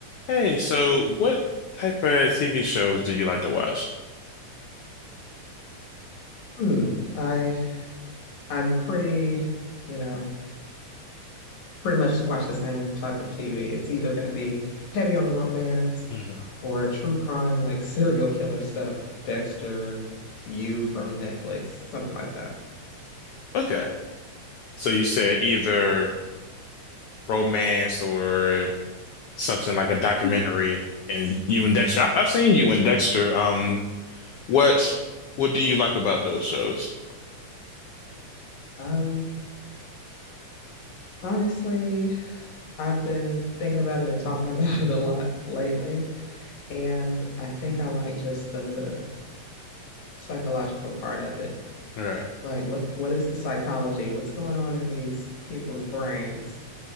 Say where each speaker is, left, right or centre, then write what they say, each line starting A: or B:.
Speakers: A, on the left; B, on the left.
A: Hey, so what type of TV shows do you like to watch?
B: Hmm. I I'm pretty, you know, pretty much watch the same type of TV. It's either going to be heavy on the romance
A: hmm
B: or true crime, like <laughs> serial killer stuff, Dexter, You from Netflix, something like that.
A: Okay. So you said either romance or something like a documentary
B: <laughs>
A: and you and Dexter. I I've seen you and Dexter. Um, what what do you like about those shows?
B: Um, Honestly, I've been thinking about it and talking <laughs> about it a lot lately, and I think I like just the psychological part of it.
A: Right.
B: Like what what is the psychology? What's going on in these people's brains